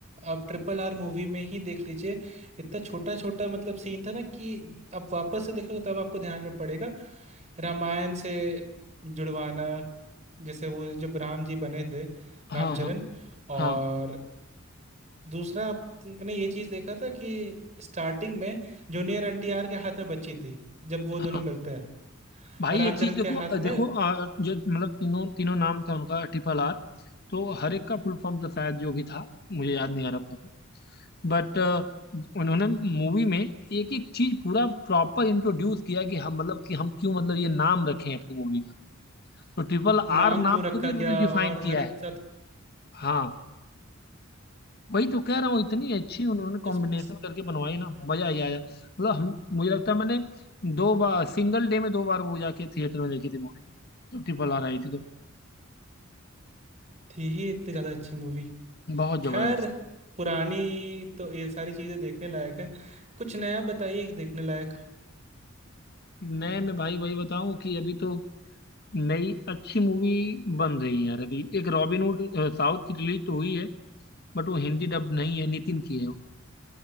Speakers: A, on the right; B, on the left.
A: आप ट्रिपल आर मूवी में ही देख लीजिए इतना छोटा छोटा मतलब सीन था ना कि आप वापस से देखोगे तब आपको ध्यान में पड़ेगा रामायण से जुड़वाना जैसे वो जब राम जी बने थे
B: हाँ
A: रामचरण
B: हाँ
A: और
B: हाँ
A: दूसरा आपने ये चीज देखा था कि स्टार्टिंग में जूनियर एनटीआर के हाथ में बच्ची थी जब वो
B: हाँ
A: दोनों मिलते हैं
B: भाई
A: और रामचरण
B: एक चीज देखो
A: के
B: अ,
A: हाथ में
B: देखो अ, जो मतलब तीनों तीनों नाम था उनका ट्रिपल आर तो हर एक का फुल फॉर्म था शायद जो भी था मुझे याद नहीं आ रहा प्रॉपर बट उन्होंने मूवी में एक एक चीज पूरा प्रॉपर इंट्रोड्यूस किया कि हम मतलब कि हम क्यों मतलब ये नाम रखे हैं अपनी मूवी का तो ट्रिपल आर
A: नाम
B: नाम
A: क्यों रखा
B: को भी उन्होंने
A: गया
B: डिफाइन
A: और
B: किया
A: हर एक
B: है
A: साथ
B: हाँ वही तो कह रहा हूँ इतनी अच्छी उन्होंने कॉम्बिनेशन
A: बस
B: करके बनवाई ना मजा ही आया मतलब हम मुझे लगता है मैंने दो बार सिंगल डे में दो बार वो जाके थिएटर में देखी थी मूवी जब ट्रिपल आर आई थी तो
A: थी ही इतनी ज़्यादा अच्छी मूवी
B: बहुत जबरदस्त
A: खैर पुरानी तो ये सारी चीज़ें देखने लायक है कुछ नया बताइए कि देखने लायक
B: नए में भाई वही बताऊं कि अभी तो नई अच्छी मूवी बन रही है यार अभी एक रॉबिन हुड अ, साउथ की रिलीज तो हुई है बट वो हिंदी डब नहीं है नितिन की है वो